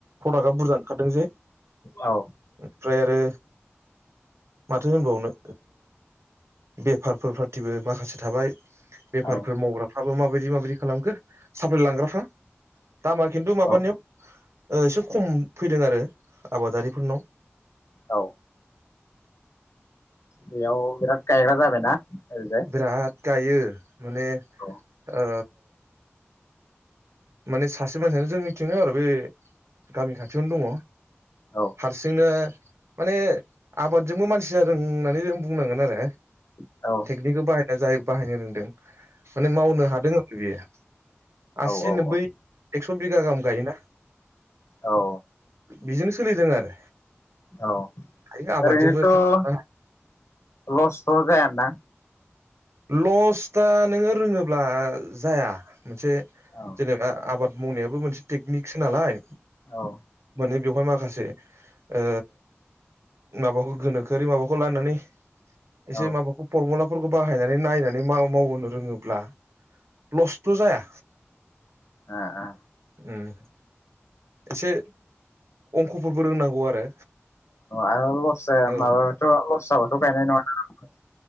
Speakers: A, on the right (about 75°); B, on the left (about 80°).
A: प्रडाक्टआ बुरजा ओंखारदों जे
B: औ
A: ओमफ्राय आरो माथो होनबावनो बेफारफोर फ्राथिबो माखासे थाबाय बेफारफोर
B: औ
A: मावग्राफ्राबो माबायदि माबायदि खालामखो साफाय लांग्राफ्रा दामा खिन्थु माबानियाव
B: औ
A: एसे खम फैदों आरो आबादारिफोरनाव
B: औ बेयाव बिराद गायग्रा जाबायना ओरैजाय
A: बिराद गायो माने
B: औ
A: ओ माने सासे मानसियानो जों मिथिनो आरो बे गामि खाथियावनो दङ
B: औ
A: हारसिंनो माने आबादजोंबो मानसि जादों होननानै जों बुंनांगोन आरो
B: औ औ
A: टेकनिकखौ बाहाय ज बाहायनो रोंदों माने मावनो हादों आरो बेयो आ
B: औ
A: दिनो बै एक्स' बिगा गाहाम गायोना
B: औ
A: बिजोंनो सोलिदों आरो
B: औ
A: हायो आबादजोंबो
B: ओरैनोथ'
A: थांना थानो हायो
B: लसथ' जाया दां
A: लस दा नोङो रोङोब्ला जाया मोनसे
B: औ
A: जेनेबा आबाद मावनायाबो मोनसे टेकनिकसो नालाय
B: औ
A: माने बेवहाय मा माखासे ओ माबाखौ गोनोखोआरि माबाखौ लानानै एसे
B: औ ओ
A: माबाखौ फरमुलाफोरखौ बाहायनानै नायनानै मावनो रोङोब्ला लसथ' जाया
B: अ अ
A: उम एसे अंखफोरबो रोंनांगौ आरो
B: आरो लस जाया
A: औ
B: माबाथ' लस जाबाथ' गायनाय नङा ना रावबो